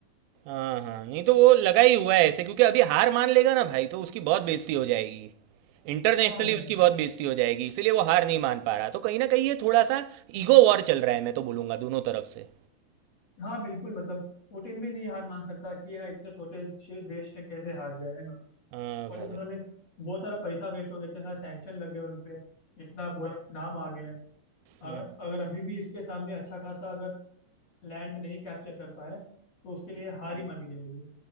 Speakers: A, on the right; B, on the left.
A: हाँ हाँ नहीं तो वो लगा ही हुआ है ऐसे क्योंकि अभी हार मान लेगा ना भाई तो उसकी बहुत बेइज्जती हो जाएगी इंटरनेशनली
B: हाँ यार
A: उसकी बहुत बेइज्जती हो जाएगी इसीलिए वो हार नहीं मान पा रहा तो कहीं ना कहीं ये थोड़ा सा ईगो वॉर चल रहा है मैं तो बोलूँगा दोनों तरफ से
B: हाँ बिल्कुल मतलब पुतिन भी नहीं हार मान सकता कि ये ना इतने छोटे से देश से कैसे हार गया है ना
A: हाँ
B: और
A: भाई
B: उन्होंने बहुत सारा पैसा वेस्ट हो गया इतने सारे सैंक्शन लगे उन पे इतना बुरा नाम आ गया है अगर
A: हम्म,
B: अगर अभी भी इसके सामने अच्छा खासा अगर लैंड नहीं कैप्चर कर पाए तो उसके लिए हार ही मानी जाएगी